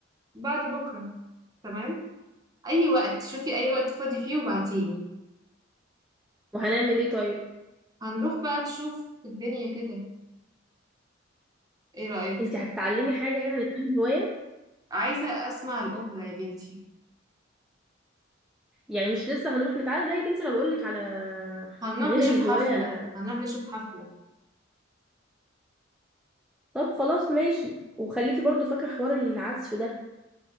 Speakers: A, on the right (about 20°); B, in the centre.
A: بعد بكره تمام اي وقت شوفي اي وقت فاضي فيه وبعتي لي
B: وهنعمل ايه طيب
A: هنروح بقى نشوف الدنيا كده ايه رايك
B: انت هتتعلمي حاجة يعني نتعلم هواية
A: عايزه اسمع الاوبرا يا بنتي
B: يعني مش لسه هنروح نتعلم لا يا بنتي انا بقولك على
A: هنروح
B: غير
A: نشوف
B: الهواية
A: حفله هنروح نشوف حفله
B: طب خلاص ماشي وخليكي برضو فاكرة حوار العزف ده